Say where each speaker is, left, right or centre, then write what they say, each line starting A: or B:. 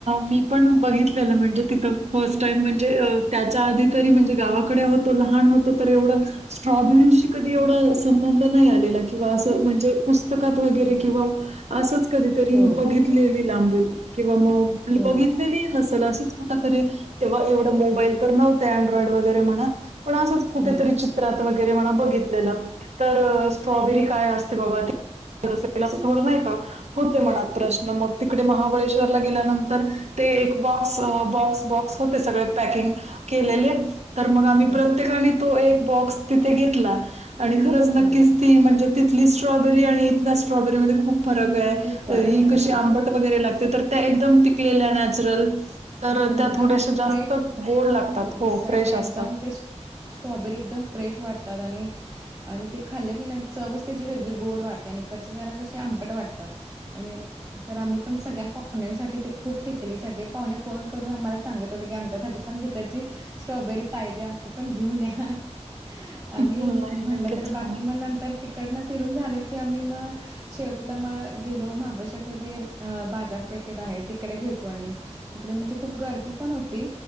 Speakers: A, on the right; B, on the right.
A: मी पण बघितलेलं म्हणजे तिथं फर्स्ट टाईम म्हणजे अ त्याच्या आधी तरी म्हणजे गावाकडे होतो लहान होत होतो तर एवढं स्ट्रॉबेरीशी कधी एवढ संबंध नाही आलेला किंवा असं म्हणजे पुस्तकात वगैरे
B: हां.
A: किंवा असंच कधीतरी
B: हो
A: बघितलेली लांबून किंवा मग
B: हो
A: बघितलेली नसल असं कुठ तरी तेव्हा एव मोबाईल तर नव्हत अँड्रॉइड वगैरे म्हणा पण असंच कुठेतरी
B: हो
A: चित्र चित्रात वगैरे म्हणा बघितलेलं तर स्ट्रॉबेरी काय असते बाबा असं थोडं नाही का होते मनात प्रश्न मग तिकडे महाबळेश्वरला गेल्यानंतर ते एक बॉक्स बॉक्स बॉक्स होते सगळे पॅकिंग केलेले तर मग आम्ही
B: हो
A: प्रत्येकाने तो एक बॉक्स तिथे घेतला. आणि खरंच
B: हो
A: नक्कीच ती म्हणजे तिथली स्ट्रॉबेरी आणि इथल्या स्ट्रॉबेरीमध्ये खूप फरक हाय.
B: खूप
A: ही
B: फरक आहे.
A: कशी आंबट वगैरे लागते तर त्या एकदम पीकलेल्या नॅचरल तर
B: हो आणि
A: त्या
B: एकदम
A: थोडश
B: फ्रेश
A: जास्त गोड लागतात
B: दिसायला
A: हो फ्रेश असतात.
B: एकदम ते स्ट्रॉबेरी एकदम फ्रेश वाटतात आणि आणि ते खाल्लं की नाही चवच त्याची वेगळी गोड वाटते आणि इकडच्या जरा कशी आंबट वाटतात. आणि तर आम्ही पण सगळ्या पाहूण्यासाठी ते खूप घेतलेली सगळे पाहुणे फोन करून आम्हाला सांगत होते की आमच्यासाठी पण तिकडची स्ट्रॉबेरी पाहिजे आम्हाला पण घेऊन या आहा हा आणि
A: हं,
B: म्हटलं
A: नाही नक्कीच
B: तर
A: छान
B: बाकी
A: आहे.
B: मग नंतर तिकडनं फिरून झालं की आम्ही मग- शेवटीला मग गेलो महाबळेश्वरच जे बाजारपेठेत आहे ते - कडे गेलतो आणि तिकडे म्हणजे खूप गर्दी पण होती.